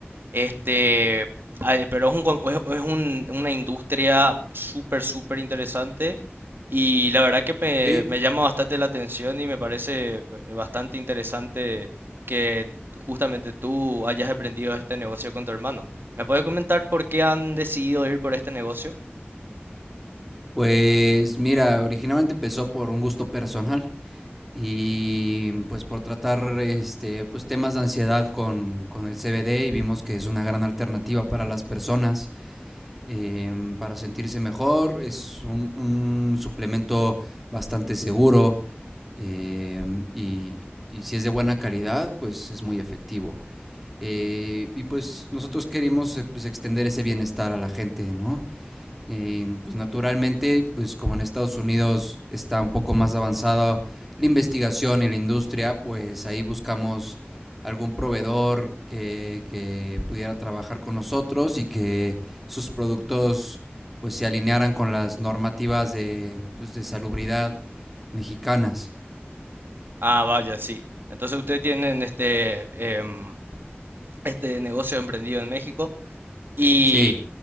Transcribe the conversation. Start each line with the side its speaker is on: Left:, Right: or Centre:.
Right: Este, ah, eh, pero es un, con- es, es un- una industria súper, súper interesante y la verdad que me,
Centre: sí.
Right: me llama bastante la atención y me parece eh, bastante interesante que justamente tú hayas aprendido este negocio con tu hermano. ¿Me puedes comentar por qué han decidido ir por este negocio?
Centre: Pues mira, originalmente empezó por un gusto personal y pues por tratar este pues temas de ansiedad con, con el CBD y vimos que es una gran alternativa para las personas em, para sentirse mejor. Es un, un suplemento bastante seguro em, y, y si es de buena calidad, pues es muy efectivo. Eh, y pues nosotros queremos eh, pues, extender ese bienestar a la gente, ¿no? Eh, pues naturalmente, pues como en Estados Unidos está un poco más avanzada la investigación y la industria, pues ahí buscamos algún proveedor que, que pudiera trabajar con nosotros y que sus productos pues se alinearan con las normativas de, pues, de salubridad mexicanas.
Right: Ah, vaya, sí. Entonces ustedes tienen este, em, este negocio emprendido en México y
Centre: Sí,